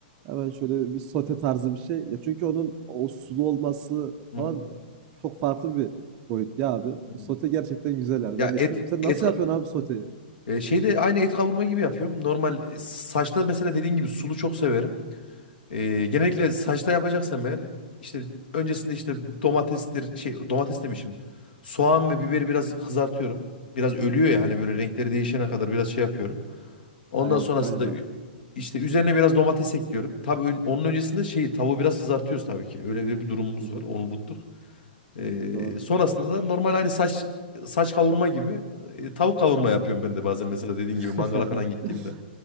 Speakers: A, on the right; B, on the left.
A: Hemen şöyle bir sote tarzı bir şey. Ya çünkü onun o sulu olması
B: Hı
A: falan
B: hı.
A: çok farklı bir boyut ya abi.
B: Anladım.
A: Sote gerçekten güzel yani.
B: Ya
A: Ben de
B: et
A: severim. Sen
B: et
A: nasıl
B: ka-
A: yapıyorsun abi soteyi?
B: e, şeyde aynı et kavurma gibi yapıyorum. Normal e, saçta mesela dediğin gibi sulu çok severim. Ee, genellikle saçta yapacaksam eğer işte öncesinde işte domatestir şey domates demişim. Soğan ve biberi biraz kızartıyorum. Biraz ölüyor ya hani böyle renkleri değişene kadar biraz şey yapıyorum. Ondan
A: Aynen,
B: sonrasında
A: aynen abi.
B: ü- işte üzerine biraz domates ekliyorum. Tabii ön- onun öncesinde şeyi tavuğu biraz kızartıyoruz tabii ki. Öyle bir bir durumumuz
A: Hı hı.
B: var. Onu unuttuk. Ee,
A: Doğru.
B: sonrasında da normal hani saç saç kavurma gibi e, tavuk kavurma yapıyorum ben de bazen mesela dediğin
A: <laughs>
B: gibi mangala falan gittiğimde.